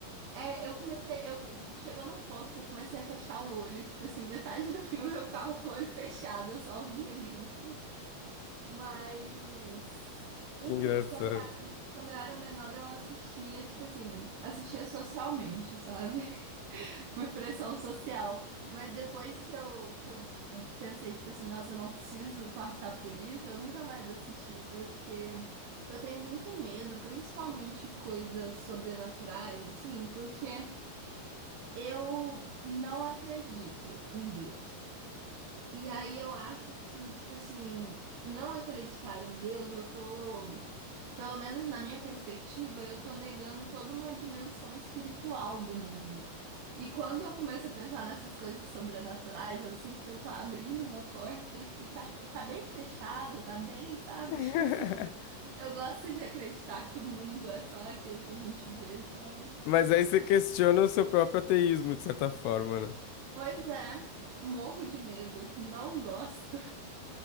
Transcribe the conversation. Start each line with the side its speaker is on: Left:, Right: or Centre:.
Right: É, eu comecei. Eu, chegou num ponto que eu comecei a fechar o olho. Tipo assim, metade do filme eu ficava com o olho fechado, eu só ouvia gritos. Mas, enfim,
Left: Que engraçado.
Right: quando quando eu era menor, eu assistia, tipo assim, assistia socialmente, sabe? <laughs> Por pressão social. Mas depois que eu, que eu pensei, tipo assim, nossa, eu não preciso passar por isso, eu nunca mais assisti, porque eu tenho muito medo, principalmente coisas sobrenaturais, assim, porque eu não acredito em Deus. E aí eu acho que, tipo assim, não acreditar em Deus, eu tô, pelo menos na minha perspectiva, eu tô negando toda uma dimensão espiritual do mundo. E quando eu começo a pensar nessas coisas sobrenaturais, eu sinto que eu tô abrindo uma porta que tá, tá bem fechada, tá bem, sabe?
Left: <laughs>
Right: <laughs> Tipo assim, eu gosto de acreditar que o mundo é só aquilo que a gente vê, sabe?
Left: Mas aí você questiona o seu próprio ateísmo, de certa forma, né?
Right: Pois é, morro de medo, não gosto.